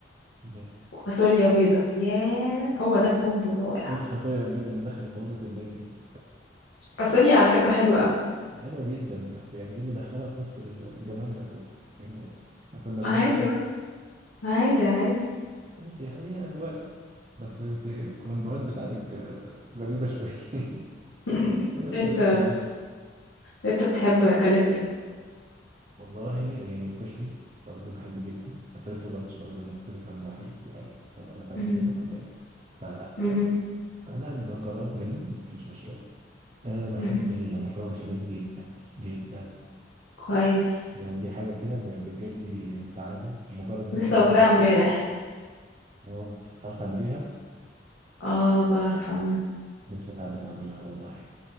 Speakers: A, on the right (about 35°); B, on the left (about 80°).
A: ماشي.
B: وفاصوليا بيضه ياه هو ده الكومبو الرائع
A: ايه الفاصوليا البيضاء اللي دخلت بوظت الدنيا دي
B: فاصوليا على فكره حلوه قوي
A: <laughs> حلوه جدا بس يعني ايه اللي دخلها في وسط الجمال ده كله يعني احنا كنا بنقف
B: عادي
A: هنا
B: بقى عادي عادي
A: ماشي هي أذواق بس انت الكومبوهات بتاعتك آه، غريبة شوية <laughs>
B: <laughs>
A: بس يا اسطى
B: انت
A: قشطة يا باشا
B: انت بتحب اكلات ايه
A: والله يعني الكشري برضه بحبه جدا بس لسه ما جربتش برضه زي ما قلت لك عن وحيد آه، بس ولا تمهيد
B: مهم.
A: تمام باين ف
B: مهم.
A: لا نبقى نجرب منه مفيش مشكلة أه بحب
B: مهم.
A: المكرونة بشاميل جدا جدا
B: كويس
A: يعني دي حاجة كده ب- بتجيب لي سعادة مجرد بس
B: لسه
A: ما أسمع
B: واكلاها
A: الفكرة
B: امبارح
A: اه تعرف تعمليها
B: اه بعرف اعمل
A: نفسي أتعلم أعملها والله